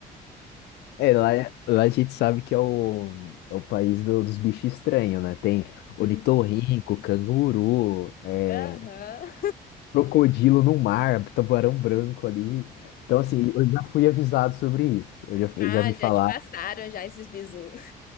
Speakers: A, on the left; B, on the left.
A: É, lá, lá a gente sabe que é o, é o país do- dos bichos estranhos, né? Tem ornitorrinco,
B: Uhum.
A: canguru, é,
B: Aham.
A: crocodilo no mar, tubarão branco ali. Então, assim, eu já fui avisado sobre isso. Eu já, fui-
B: Ah,
A: já me
B: já
A: falaram.
B: te passaram já esses bizu.